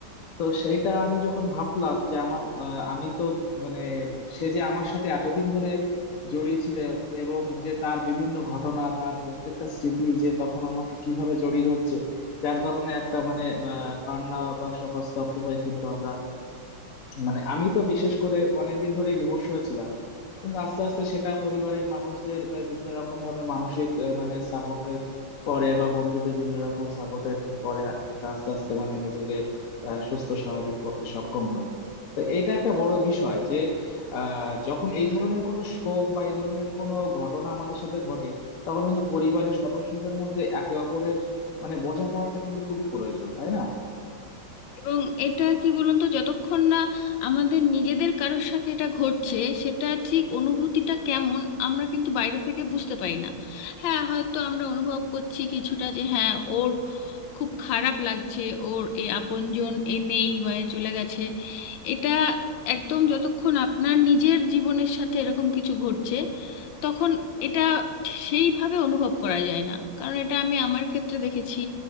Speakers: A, on the left (about 60°); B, on the left (about 80°).
A: তো সেইটা আমি যখন ভাবলাম যে আমার আহ, আমি তো মানে সে যে আমার সাথে এতদিন ধরে জড়িয়ে ছিল এবং যে তার বিভিন্ন ঘটনা তার প্রত্যেকটা স্মৃতি যে তখন আমাকে কিভাবে জড়িয়ে ধরছে যার কারণে একটা মানে আহ, কান্না বা শোকস্তব্ধ হয়ে কিন্তু আমরা মানে আমি তো বিশেষ করে অনেকদিন ধরে বিমর্ষ হয়েছিলাম কিন্তু আস্তে আস্তে সেটা পরিবারের মানুষদের মানে বিভিন্ন রকম ভাবে মানসিক আহ, মানে সাপোর্টের পরে বা বন্ধুদের বিভিন্ন রকম সাপোর্টের পরে এটা আস্তে আস্তে মানে নিজেকে আহ, সুস্থ স্বাভাবিক করতে সক্ষম হই তো এইটা একটা বড় বিষয় যে আহ যখন এই ধরনের কোনো শোক বা এই ধরনের কোনো ঘটনা আমাদের সাথে ঘটে তখন কিন্তু পরিবারের সদস্যদের মধ্যে একে অপরের মানে বোঝাপড়াটা কিন্তু খুবই প্রয়োজন তাই না
B: এবং এটা কি বলুন তো যতক্ষণ না আমাদের নিজেদের কারোর সাথে এটা ঘটছে সেটা ঠিক অনুভূতিটা কেমন আমরা কিন্তু বাইরে থেকে বুঝতে পারি না হ্যাঁ হয়তো আমরা অনুভব করছি কিছুটা যে হ্যাঁ ওর খুব খারাপ লাগছে ওর এই আপনজন এ নেই বা এ চলে গেছে এটা একদম যতক্ষণ আপনার নিজের জীবনের সাথে এরকম কিছু ঘটছে তখন এটা সেইভাবে অনুভব করা যায় না কারণ এটা আমি আমার ক্ষেত্রে দেখেছি